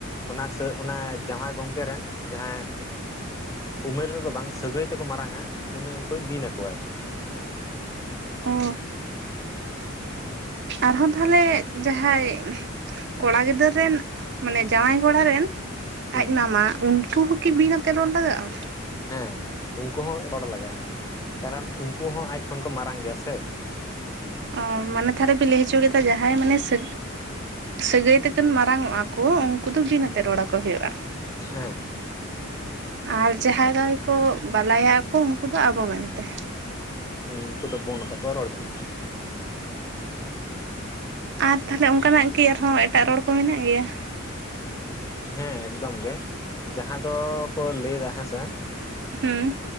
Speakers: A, on the left; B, on the right.
A: ᱚᱱᱟ ᱚᱱᱟ ᱡᱟᱶᱟᱭ ᱜᱚᱝᱠᱮ ᱨᱮᱱ ᱡᱟᱦᱟᱸ ᱩᱢᱮᱨ ᱨᱮᱫᱚ ᱵᱟᱝ ᱥᱟᱹᱜᱟᱹᱭ ᱛᱮᱠᱚ ᱢᱟᱨᱟᱝ ᱟ ᱩᱱ ᱩᱱᱠᱩᱭ ᱵᱤᱱ ᱟᱠᱚᱣᱟᱭ
B: ᱚ ᱟᱨᱦᱚᱸ ᱛᱟᱦᱚᱞᱮ ᱡᱟᱦᱟᱸᱭ ᱠᱚᱲᱟ ᱜᱤᱫᱟᱹᱨ ᱨᱮᱱ ᱢᱟᱱᱮ ᱡᱟᱶᱟᱭ ᱠᱚᱲᱟ ᱨᱮᱱ
A: ᱦᱩᱸ
B: ᱟᱡ ᱢᱟᱢᱟ ᱩᱱᱠᱩ ᱦᱚᱸᱠᱤ ᱵᱤᱱ ᱟᱛᱮᱫ ᱨᱚᱲ ᱞᱟᱜᱟᱜᱼᱟ?
A: ᱦᱮᱸ ᱩᱱᱠᱩ ᱦᱚᱸ ᱨᱚᱲ ᱞᱟᱜᱟᱜᱼᱟ ᱠᱟᱨᱚᱱ ᱩᱱᱠᱩ ᱦᱚᱸ ᱟᱡ ᱠᱷᱚᱱ ᱠᱚ ᱢᱟᱨᱟᱝ ᱜᱮᱭᱟ ᱥᱮ
B: ᱚ ᱢᱟᱱᱮ ᱛᱟᱦᱞᱮ ᱵᱤᱱ ᱞᱟᱹᱭ ᱦᱚᱪᱚ ᱠᱮᱫᱟ ᱡᱟᱦᱟᱸᱭ ᱢᱟᱱᱮ ᱥᱟᱹᱼᱼ ᱥᱟᱹᱜᱟᱹᱭ ᱛᱮᱠᱚ ᱢᱟᱨᱟᱝ ᱚᱜ ᱟᱠᱚ ᱩᱱᱠᱩ ᱫᱚ ᱵᱤᱱ ᱟᱛᱮᱫ ᱨᱚᱲ ᱟᱠᱚ ᱦᱩᱭᱩᱜᱼᱟ
A: ᱦᱮᱸ
B: ᱟᱨ ᱡᱟᱦᱟᱸᱭ
A: ᱮᱠᱫᱚᱢ
B: ᱫᱚ ᱠᱚ ᱵᱟᱞᱟᱭᱟ ᱟᱠᱚ ᱩᱱᱠᱩ ᱫᱚ ᱟᱵᱚ ᱢᱮᱱᱛᱮ
A: ᱦᱮᱸ ᱩᱱᱠᱩ ᱫᱚ ᱵᱚᱱ ᱛᱮ ᱠᱚ ᱨᱚᱲ ᱡᱚᱱᱚᱜᱼᱟ
B: ᱟᱨ ᱛᱟᱦᱞᱮ ᱚᱱᱠᱟᱱᱟᱜ ᱠᱤ ᱟᱨᱦᱚᱸ ᱮᱴᱟᱜ ᱨᱚᱲ ᱠᱚ ᱢᱮᱱᱟᱜ ᱜᱮᱭᱟ?
A: ᱦᱮᱸ ᱮᱠᱫᱚᱢ ᱜᱮ ᱡᱟᱦᱟᱸ ᱫᱚᱠᱚ ᱞᱟᱹᱭ ᱮᱫᱟ ᱦᱮᱸᱥᱮ
B: ᱦᱩᱸ